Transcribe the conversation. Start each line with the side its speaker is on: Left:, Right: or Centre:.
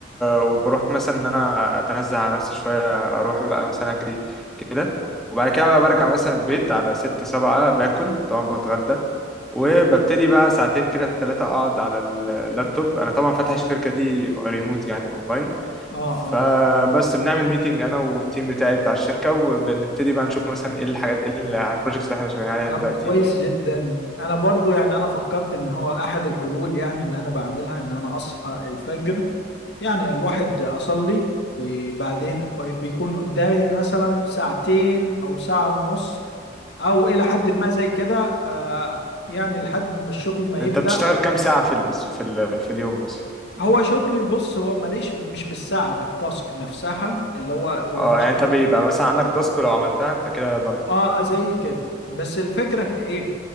Centre: وبروح مثلا ان انا اتنزه على نفسي شوية اروح بقى مثلا اجري كده وبعد كده بقى برجع مثلا البيت على 6 7 باكل طبعا بتغدى وببتدي بقى ساعتين كده ثلاثة اقعد على اللابتوب انا طبعا فاتح الشركة دي ريموت يعني اونلاين
Left: اه
Centre: فبس
Left: اه
Centre: بنعمل ميتنج انا والتيم بتاعي بتاع الشركه وبنبتدي بقى نشوف مثلا ايه الحاجات ايه البروجكتس اللي احنا شغالين عليها
Left: طب
Centre: دلوقتي
Left: كويس جدا انا برضو يعني انا فكرت ان هو احد الحلول يعني اللي انا بعملها ان انا اصحى الفجر يعني الواحد اصلي وبعدين بيكون قدامي مثلا ساعتين او ساعة ونص او الى حد ما زي كده آه، يعني لحد ما الشغل ما
Centre: انت
Left: يبدأ
Centre: بتشتغل كام ساعة في ال... في ال... في اليوم مثلا
Left: هو شغلي بص هو ماليش مش بالساعة بالتاسك نفسها اللي هو والمشاريع
Centre: اه يعني انت بيبقى
Left: اللي بنفذها
Centre: مثلا عندك تاسك لو عملتها انت كده ضامن
Left: اه اه زي كده بس الفكرة في ايه